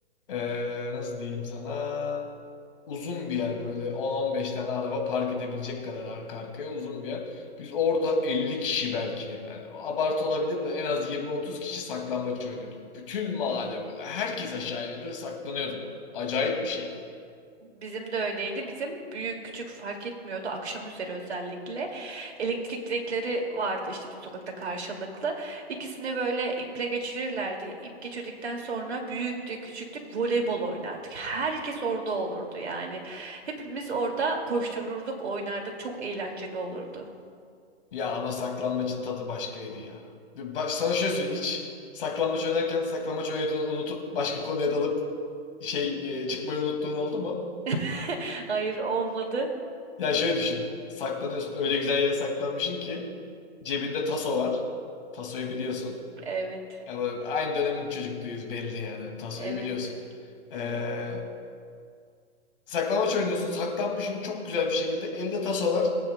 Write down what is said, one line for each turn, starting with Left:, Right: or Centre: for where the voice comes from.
Left: ee, nasıl diyeyim sana? uzun bir yer böyle on 15 tane araba park edebilecek kadar arka arkaya uzun bir yer. Biz orada 50 kişi belki yani abartı olabilir de en az yirmi otuz kişi saklambaç oynuyorduk. Bütün mahalle böyle herkes aşağı iniyordu ve saklanıyorduk. Acayip bir şeydi.
Right: Bizim de öyleydi. Bizim büyük küçük fark etmiyordu. Akşam üzeri özellikle elektrik direkleri vardı işte bizim sokakta karşılıklı. İkisini böyle iple geçirirlerdi. İp geçirdikten sonra büyüktü, küçüktük voleybol oynardık. Herkes orada olurdu yani. Hepimiz orada koştururduk, oynardık. Çok eğlenceli olurdu.
Left: Ya ama saklambaçın tadı başkaydı ya. Ve baş, sana şöyle söyleyeyim hiç saklambaç oynarken saklambaç oynadığını unutup başka konuya dalıp şey e, çıkmayı unuttuğun oldu mu?
Right: <laughs> Hayır olmadı.
Left: Ya şöyle düşün. Saklanıyorsun. Öyle güzel yere saklanmışsın ki cebinde taso var. Tasoyu biliyorsun.
Right: Evet.
Left: Ya bu- aynı dönemin çocukluğuyuz belli yani. Tasoyu
Right: Evet,
Left: biliyorsun. Ee,
Right: biliyorum.
Left: saklambaç oynuyorsun. Saklanmışsın çok güzel bir şekilde. Elinde taso var.